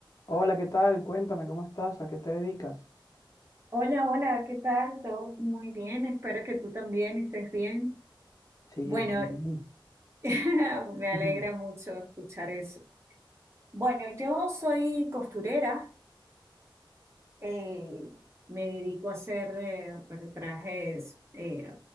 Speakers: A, on the left (about 40°); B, on the right (about 30°).
A: Hola, ¿qué tal? Cuéntame, ¿cómo estás? ¿A qué te dedicas?
B: Hola, hola, ¿qué tal? Todo muy bien, espero que tú también estés bien.
A: Sí,
B: Bueno,
A: estoy bien.
B: <laughs> me
A: <laughs>
B: alegra mucho escuchar eso. Bueno, yo soy costurera, eh, me dedico a hacer eh, pues, trajes eh,